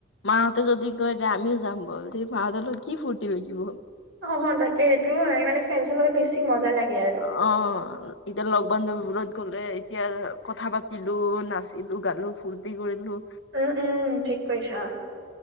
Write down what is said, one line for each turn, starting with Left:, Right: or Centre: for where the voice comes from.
Left: মাহঁতে যদি কয় যে আমিও যাম বলি তে মাহঁত লগত কি ফুৰ্তি লাগিব।
Right: অ তাকে সেইটোো মানে ফ্ৰেঞ্চৰ লগত বেছি মজা লাগে আৰু।
Left: অ। এতিয়া লগ-বান্ধৱীবোৰত গ'লে এতিয়া কথা পাতিলো, নাচিলো, গালো, ফূৰ্তি কৰিলো।
Right: উম-উম ঠিক কৈছা।